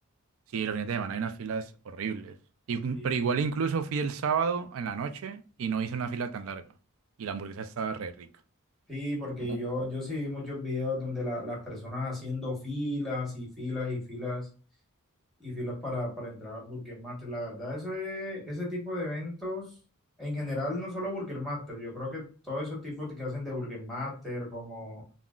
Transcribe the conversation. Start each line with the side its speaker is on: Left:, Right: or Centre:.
Right: Sí, los fines de semana hay unas filas horribles. Y-
Centre: sí,
Right: pero igual incluso fui el sábado en la noche y no hice una fila tan larga. Y la hamburguesa estaba re rica.
Centre: sí, porque
Right: Mu-
Centre: yo, yo sí vi muchos videos donde la- las personas haciendo filas y filas y filas y filas para, para entrar a Burger Master. La verdad, eso es- ese tipo de eventos, en general, no solo Burger Master, yo creo que todos esos tipos que hacen de Burger Master, como